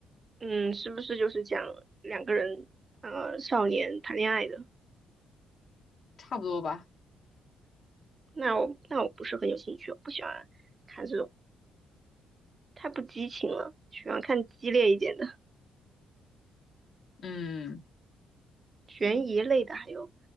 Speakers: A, on the right; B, on the left.
A: 嗯，是不是就是讲两个人呃少年谈恋爱的？
B: 差不多吧。
A: 那我那我不是很有兴趣，我不喜欢看这种，太不激情了，喜欢看激烈一点的。
B: 嗯
A: 悬疑类的还有